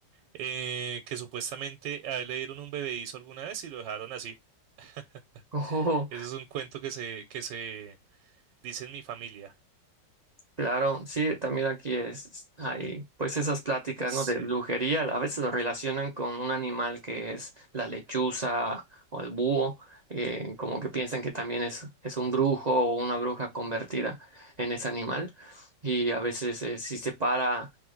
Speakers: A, on the right; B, on the right.
A: eh, que supuestamente a él le dieron un bebedizo alguna vez y lo dejaron así. <laughs>
B: Ujú.
A: Ese es un cuento que se, que se dice en mi familia.
B: Claro, sí, también aquí es, hay pues esas pláticas,
A: Sí,
B: ¿no? De brujería, a veces lo relacionan con un animal que es la lechuza o el búho, eh, como que piensan que también es, es un brujo o una bruja convertida en ese animal. Y a veces eh, si se para